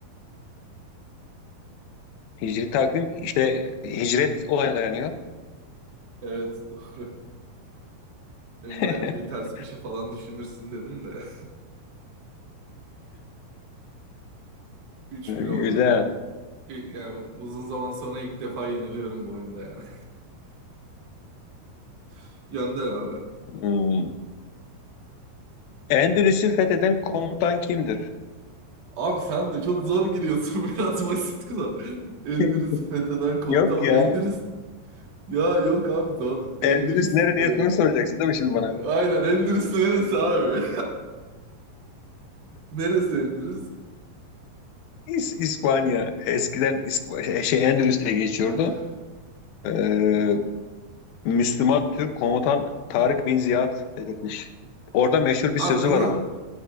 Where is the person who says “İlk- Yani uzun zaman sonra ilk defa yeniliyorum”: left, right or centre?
Right